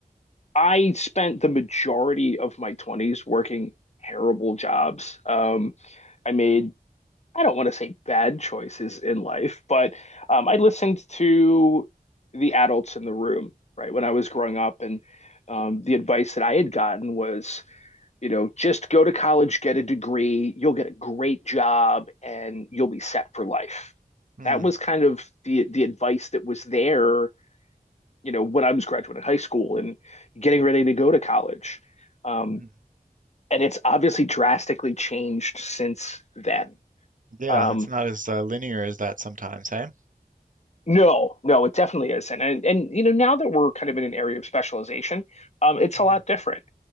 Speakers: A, on the left; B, on the right.
A: I spent the majority of my 20s working terrible jobs. Um, I made I don't want to say bad choices in life, but um, I listened to the adults in the room, right, when I was growing up. And um, the advice that I had gotten was, you know, just go to college, get a degree, you'll get a great job, and you'll be set for life.
B: Hmm.
A: That was kind of the the advice that was there, you know, when I was graduating high school and getting ready to go to college. Um,
B: mhm.
A: and it's obviously drastically changed since then.
B: Yeah,
A: Um,
B: it's not as uh, linear as that sometimes, hey?
A: No, no, it definitely isn't. And and you know, now that we're kind of in an area of specialization, um, it's
B: hmm
A: a lot different.